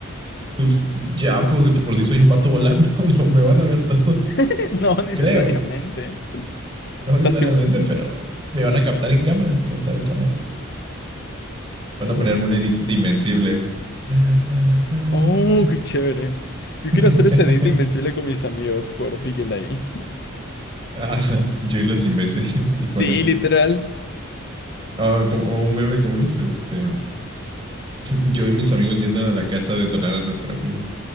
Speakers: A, on the right (about 25°); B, on the left (about 55°).
A: Pues ya, pues de por sí soy un vato volando, <laughs> me van a ver todos.
B: <laughs> No necesariamente.
A: Creo.
B: O
A: No necesariamente,
B: sea, si,
A: pero me van a captar en cámara, captar en cámara. Van
B: si
A: a
B: vuelas.
A: ponerme un edit de invencible. Ta, ta, ta, ta,
B: Oh,
A: ta, ta.
B: qué chévere. Yo
A: <laughs>
B: quiero hacer ese edit invencible con mis amigos por Big LA. <laughs>
A: Ajá, yo y los imbéciles y ponen
B: Sí,
A: a-
B: literal.
A: Ah, como- o un meme, ¿cómo es? Este, yo y mis amigos yendo a la casa a detonar a nuestro amigo.